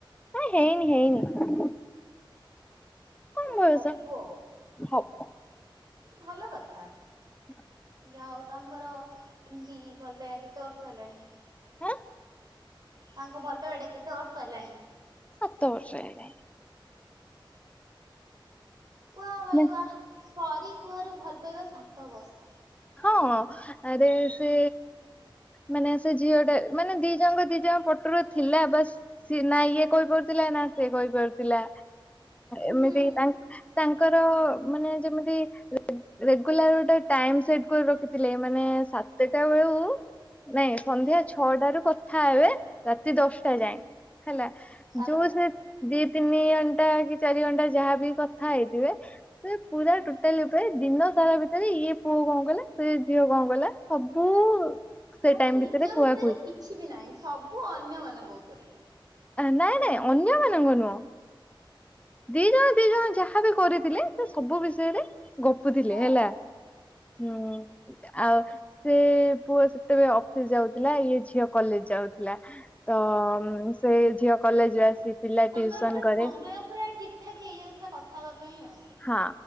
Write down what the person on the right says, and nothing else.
ଓ
ହବ
ଭଲ କଥା।
ଯାହା ହଉ ତାଙ୍କର, ଏମିତି ଭଲ ପାଇବା କେତେ ବର୍ଷ ହେଲାଣି?
ତାଙ୍କ ଭଲ ପାଇବାଟା କେତେ ବର୍ଷ ହେଲାଣି?
ୱାହ୍ ଭାଇ
ୱାହ ସରି କୁହାରୁ ଭଲ ପାଇବା ସାତ ବର୍ଷ।
ହୁଁ
ହୁଁ
ହୁଁ
ତାପରେ
ହୁଁ
ମାନେ
ନିଜ
ବିଷୟରେ
କିଛି ବି ନାହିଁ ସବୁ ଅନ୍ୟ ମାନଙ୍କ ଉପରେ।
ଓହୋ
ପୁରା
ତାଙ୍କର
ପୁରା
ସମୟ ପୁରା ଠିକ ଠାକ ହେଇଯାଉଥିଲା କଥା ହେବା ପାଇଁ ଆଉ।